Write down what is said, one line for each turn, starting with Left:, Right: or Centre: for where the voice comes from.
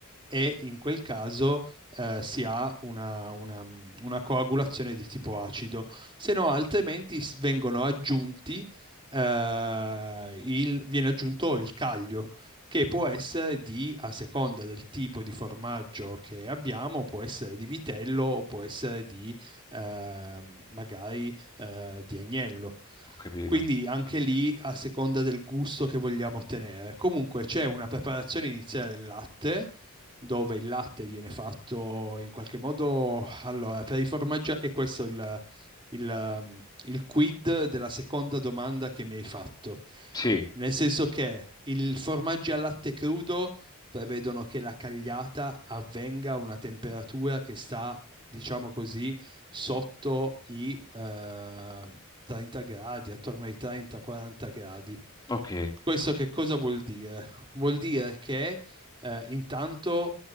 Right: e in quel caso eh, si ha una, una- una coagulazione di tipo acido, se no altrimenti s- vengono aggiunti, eh, il- viene aggiunto il caglio che può essere di, a seconda del tipo di formaggio che abbiamo, può essere di vitello o può essere di eh, magari eh, di agnello.
Left: ho capito.
Right: Quindi anche lì a seconda del gusto che vogliamo ottenere. Comunque c'è una preparazione iniziale del latte dove il latte viene fatto in qualche modo, allora, per i formaggi e questo è il, il, um, il quid della seconda domanda che mi hai fatto.
Left: Sì,
Right: Nel senso che il formaggio al latte crudo prevedono che la cagliata avvenga a una temperatura che sta, diciamo così, sotto i eh, 30 gradi, attorno ai 30-40 gradi.
Left: ok,
Right: Questo che cosa vuol dire? Vuol dire che eh, intanto,